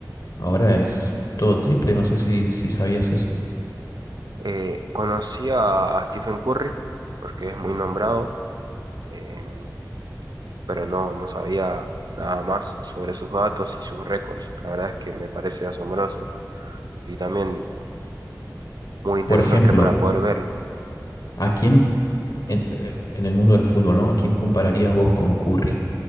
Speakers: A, on the left (about 60°); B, on the right (about 70°).
A: ahora es todo triple, no sé si, si sabías eso.
B: Eh, conocí a, a Stephen Curry porque es muy nombrado. Em, pero no, no sabía nada más sobre sus datos y sus récords. La verdad es que me parece asombroso y también muy interesante
A: Por ejemplo,
B: para poder verlo.
A: ¿a quién en, eh, en el mundo del fútbol, ¿no? ¿A quién compararías vos con Curry?